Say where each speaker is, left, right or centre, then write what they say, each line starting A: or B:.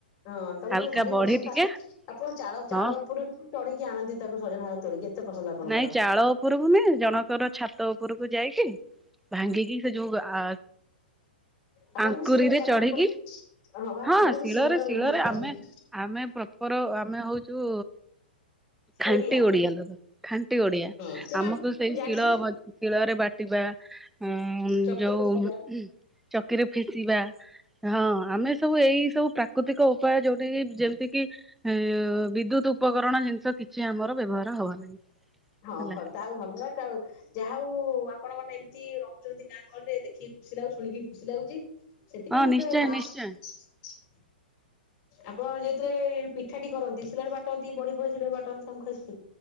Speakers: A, on the left (about 40°); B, in the centre.
A: ହଁ ତମ
B: ହାଲକା
A: ଦ୍ଭାରି
B: ବଢି
A: ପସନ୍ଦ
B: ଟିକେ
A: ଆପଣ ଚାଳ ଚାଳ
B: ହଁ
A: ଉପରୁ ଚଢିକି ଆଣନ୍ତି ତାକୁ ସଜନା ଘାର ତୋଳିକି ଏତେ ପସନ୍ଦ ଆପଣଙ୍କର।
B: ନାଇଁ ଚାଳ ଉପରକୁ ନ ଜଣଙ୍କର ଛାତ ଉପରକୁ ଯାଇକି। ଭଙ୍ଗିକି ସେ ଯୋଉ ଆ
A: ଆପଣ
B: ଆଙ୍କୁରିରେ
A: ବି ଶିଳରେ ବାଟିକି
B: ଚଢିକି
A: ପଡି ବା
B: ହଁ
A: ଆପଣ ବି
B: ଶିଳରେ
A: ଶିଳର
B: ଶି
A: ବ୍ୟବହାର
B: ଶିଳରେ
A: କରନ୍ତି
B: ଆମେ ଆମେ ପ୍ରପର ଆମେ ହଉଛୁ ଖଣ୍ଟି
A: ଓଡିଆ।
B: ଓଡ଼ିଆ ଲକ ଖାଣ୍ଟ ଖାଣ୍ଟି ଓଡିଆ
A: ହଁ ସେ
B: ଆମକୁ
A: ବା
B: ସେଇ
A: ମୁଁ ଜାଣିଛି
B: ଶିଳ ଶିଳରେ ବାଟିବା ଉ
A: ଚକିରେ
B: ଯୋଉ
A: ଫେସିବା
B: ଚକିରେ ଫେସିବା ହଁ ଆମେ ସବୁ ଏଇ ସବୁ ପ୍ରା ପ୍ରାକୃତିକ ଉପାୟ ଯୋଉଠା କି ଯେମତି କିି ଏ ବିଦ୍ୟୁତ ଉପକରଣ ଜିନିଷ କିଛି ଆମର ବ୍ୟବହାର ହବ ନାହିଁ।
A: ହଁ
B: ହେଲା
A: ଭଲ ତାଉ ଧନ୍ୟବାଦ ଆଉ ଯାହା ହଉ ଆପଣ ମାନେ ଏମିତି ରହୁଚନ୍ତି ଗାଁ ଗହରେ ଦେଖିକି ଖୁସି ଲାଗୁଚି ଶୁଣିକି ଖୁସି ଲାଗୁଚି। ସେଥିପାଇଁ
B: ହଁ
A: ମୁଁ
B: ନିଶ୍ଚୟ
A: ତେ ଗାଁ।
B: ନିଶ୍ଚୟ
A: <unintelligible> ଆପଣ ଯେଉଥିରେ ପିଠାଟି କରନ୍ତି ସିଲର ବାଟନ୍ତି ବଢି ବଢି ସିଳରେ ବାଟନ୍ତି ଆମକୁ ଖ